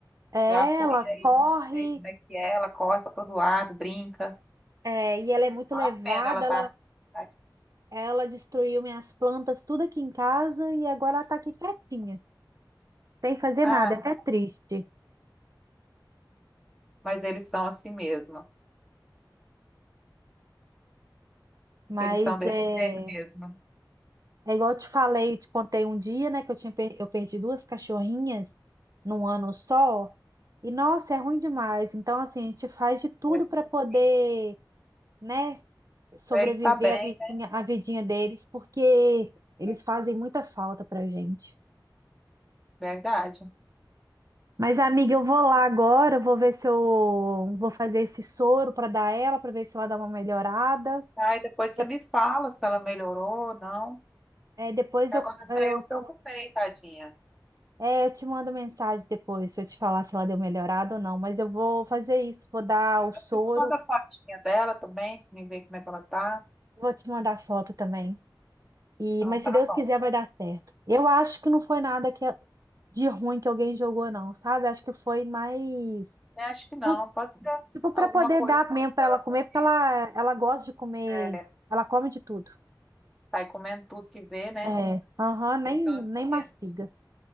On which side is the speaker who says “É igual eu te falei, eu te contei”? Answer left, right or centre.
Right